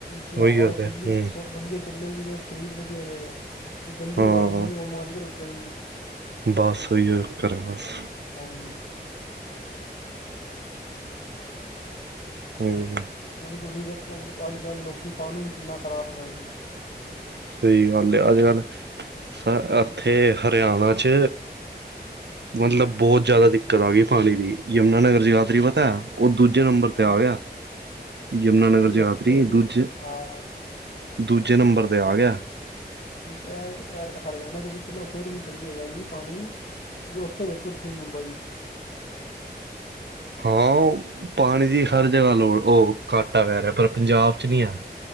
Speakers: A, on the left (about 60°); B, on the right (about 85°).
A: ਜੇ
B: ਉਹੀ
A: ਹਵਾ
B: ਗੱਲ
A: ਵਧੀ
B: ਹੈ ਹੂੰ
A: ਸਭ ਵਧੀਆ ਚੱਲੇਗੀ ਤੇ ਸਰੀਰ ਵਧੀਆ ਰਏਗਾ ਤੇ ਗੰਦੀ
B: ਹਾਂ
A: ਹਵਾ ਚੱਲੇਗੀ ਬਿਮਾਰੀਆਂ ਲੱਗਣਗੀਆਂ।
B: ਬਸ ਉਹੀਓ ਫਿਰ ਬਸ
A: ਹਾਂਜੀ
B: ਹੂੰ
A: ਹੁਣ ਤੁਸੀਂ ਵੇਖੋ ਅੱਜ ਕੱਲ੍ਹ ਲੋਕੀ ਪਾਣੀ ਕਿੰਨਾ ਖ਼ਰਾਬ ਕਰ ਰਏ ਨੇ।
B: ਸਈ ਗੱਲ ਏ ਅੱਜ ਕੱਲ੍ਹ ਸਾ ਇੱਥੇ ਹਰਿਆਣਾ 'ਚ ਮਤਲਬ ਬੋਤ ਜਾਦਾ ਦਿੱਕਤ ਆ ਗਈ ਪਾਣੀ ਦੀ ਯਮੁਨਾ ਨਗਰ ਜਗਾਦਰੀ ਪਤਾ ਓ ਦੂਜੇ ਨੰਬਰ
A: ਹਾਂਜੀ
B: ਤੇ ਆ ਗਿਆ। ਯਮੁਨਾਨਗਰ
A: ਜੀ
B: ਜਗਾਧਰੀ
A: ਇੱਥੇ ਤਾਂ ਜੀ
B: ਦੂਜੇ-ਦੂਜੇ
A: ਹਾਂ
B: ਨੰਬਰ ਤੇ ਆ ਗਿਆ।
A: ਐ-ਐ ਹਰਿਆਣਾ 'ਚ ਚਲੋ ਫਿਰ ਵੀ ਸਈ ਹੈਗਾ ਜੀ ਪਾਣੀ ਜੀ ਉੱਥੇ ਵੇਖੋ ਤੁਸੀਂ ਮੁੰਬਈ 'ਚ
B: ਹਾਂ ਪਾਣੀ ਦੀ ਹਰ ਜਗ੍ਹਾ ਲੋੜ ਓ ਘਾਟਾ ਪੈ ਰਿਆ ਪਰ ਪੰਜਾਬ 'ਚ ਨਈ ਹੈ।